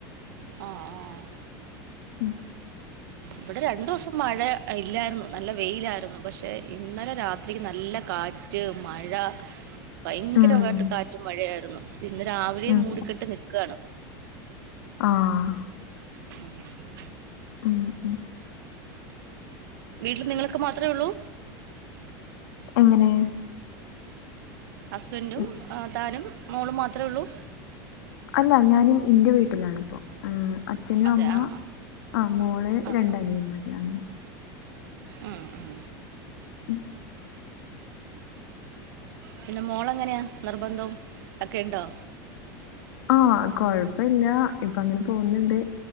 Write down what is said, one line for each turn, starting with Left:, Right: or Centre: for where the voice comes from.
Right: അ ആഹ്
Left: ഉം
Right: ഇവിടെ രണ്ടുസം മഴ ഇല്ലായിരുന്നു നല്ല വെയിലായിരുന്നു പക്ഷേ ഇന്നലെ രാത്രി നല്ല കാറ്റ് മഴ
Left: <inaudible>
Right: ഭയങ്കര
Left: ഉം
Right: വായിട്ട് കാറ്റ് മഴയായിരുന്നു പിന്ന് രാവിലെയും
Left: ഉം
Right: മൂടിക്കെട്ട് നിക്കാണ്.
Left: ആഹ്
Right: <inaudible>
Left: ഉം ഉം
Right: വീട്ടില് നിങ്ങളൊക്കെ മാത്രേ ഉള്ളൂ?
Left: അങ്ങനെ
Right: ഹസ്ബൻഡും
Left: ഉം,
Right: താനും മോളും മാത്രള്ളൂ?
Left: അല്ല ഞാനും ഇന്റെ വീട്ടിലാണിപ്പോ ആഹ് അച്ഛന്
Right: അതെ
Left: അമ്മ
Right: ആ
Left: അ മോള്
Right: ആ, ആ ആ.
Left: രണ്ടനിയമ്മാര് ആണ്.
Right: ഉം ഉം
Left: ഉം
Right: പിന്നെ മോളെങ്ങനെയാ നിർബന്ധം ഒക്കെ ഉണ്ടോ
Left: ആഹ് കൊഴപ്പല്ല ഇപ്പ അങ്ങനെ പോന്നുണ്ട്